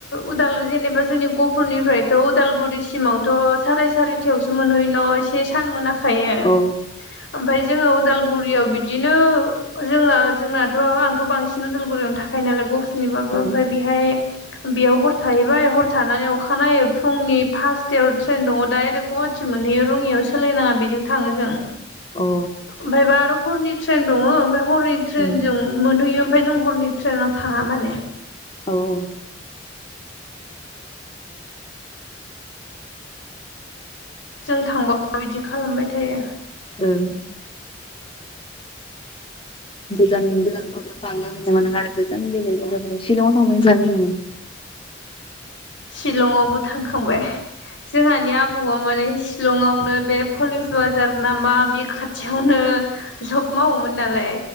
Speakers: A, on the left; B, on the left.
A: उदाल जेनेबा जोंनि गफुरनिफ्रायथ' उदालगुरिसिम सिमावथ' साराय सारिथायावसो मोनहै न इसे सान मोनाखायो
B: औ
A: ओमफाय जोङो उदा उदालगुरियाव बिदिनो जोङो जोंनाथ' आंथ' बांसिन उदालगुरियावनो थाखायो नालाय ग बिनिबाबो
B: ओं
A: ओमफाय
B: औ
A: बेहाय बेयाव हर थाहैबाय हर थानानै अखानायै फुंनि फासथायाव ट्रेन दङ डाइरेक्ट गहाट थि मोनहैयो रङियाव सोलायनाङा बेजों थाङो जों
B: अ
A: ओमफ्रायबा आरो हरनि ट्रेन दङ ओमफ्राय हरनि ट्रेन
B: उम
A: जों मोनहैयो ओमफ्राय जों हरनि ट्रेनाव थाङा माने।
B: औ औ
A: जों थांबाबो बिदि खालामबाय थायो।
B: ओं गोजान गोजान <unintelligible> आरो गोजान बेलेग जायगाफोराव सिलंआव थांबायना थाआखै नोङो?
A: सिलंआवबो थांखांबाय जोंहानिया आबौआ माने सिलंआवनो बे पलिस बाजार नामा बे खाथ थियावनो जब मावोमोन नालाय